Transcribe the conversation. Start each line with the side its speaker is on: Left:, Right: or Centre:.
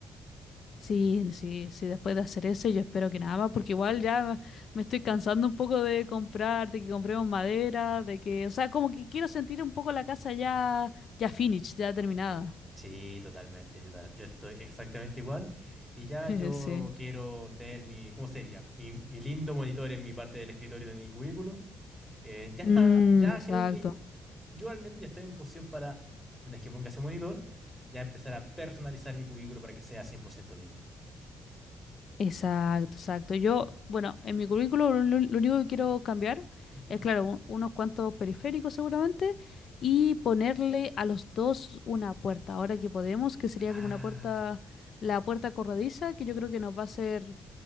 Left: Sí, sí, sí, después de hacer ese yo espero que nada más, porque igual ya me estoy cansando un poco de comprar, de que compremos madera, de que, o sea, como que quiero sentir un poco la casa ya, ya finished, ya terminada.
Centre: Sí, totalmente. Yo, ta- yo estoy exactamente igual. Y ya
Left: <laughs>
Centre: yo
Left: Sí.
Centre: quiero tener mi, ¿cómo sería? Mi, mi lindo monitor en mi parte del escritorio de mi cubículo. Eh, ya está,
Left: Mm,
Centre: ya
Left: exacto.
Centre: creo que yo al menos ya estoy en posición para, una vez que ponga ese monitor, ya empezar a personalizar mi cubículo para que sea 100% mío.
Left: Exacto, exacto. Yo, bueno, en mi currículo lo, lo- lo único que quiero cambiar
Centre: Ujú.
Left: es, claro, un- unos cuantos periféricos seguramente y ponerle a los dos una puerta. Ahora que podemos, que sería
Centre: Ah,
Left: como una puerta, la puerta corrediza, que yo creo que nos va a hacer